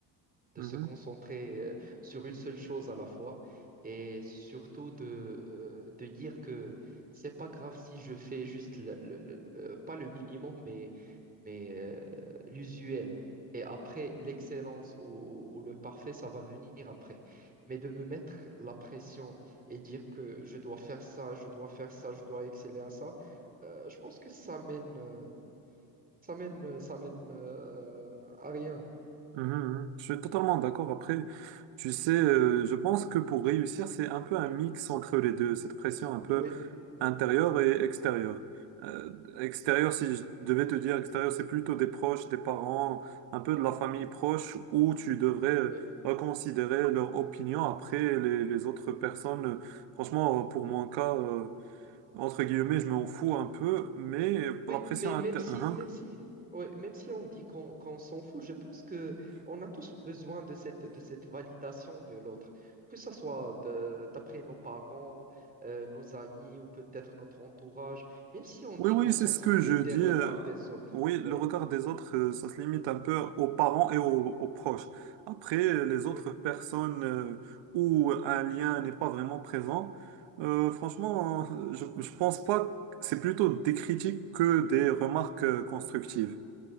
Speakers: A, on the right; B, on the right.
A: de
B: mhm,
A: se concentrer euh, sur une seule chose à la fois et surtout de, euh, de dire que c'est pas grave si je fais juste le, le- le- le- euh, pas le minimum mais, mais euh, l'usuel. Et après, l'excellence ou, ou- ou le parfait, ça va venir après. Mais de me mettre la pression et dire que je dois faire ça, je dois faire ça, je dois exceller à ça, euh, je pense que ça mène, euh, ça mène, euh, ça mène euh, à rien.
B: mhm, mhm. Je suis totalement d'accord. Après, tu sais, euh, je pense que pour réussir, c'est un peu un mix entre les deux, cette pression un peu
A: Oui.
B: intérieure et extérieure. Euh, extérieure, si je devais te dire, extérieure, c'est plutôt des proches, des parents, un peu de la famille proche, où tu devrais euh,
A: Oui.
B: reconsidérer leur opinion. Après, les, les autres personnes, euh, franchement, euh, pour mon cas, euh, entre guillemets, je m'en fous un peu, mais pour
A: Oui,
B: la pression
A: mais
B: intérieure...
A: même si, même si, ouais, même si on dit qu'on qu'on s'en fout, je pense que on a tous besoin de cette, de cette validation de l'autre, que ce soit de- d'après nos parents, euh, nos amis ou peut-être notre entourage, même si on dit
B: Oui, oui,
A: qu'on
B: c'est
A: s'en
B: ce
A: fout
B: que
A: de,
B: je dis.
A: des regards
B: euh,
A: des autres.
B: Oui, le
A: Oui,
B: regard des autres, euh, ça se limite un peu aux parents et aux, aux proches. Après, euh, les autres
A: oui,
B: personnes euh, où un lien n'est pas vraiment présent, euh, franchement, euh, je, je pense pas que c'est plutôt des critiques que des remarques euh, constructives.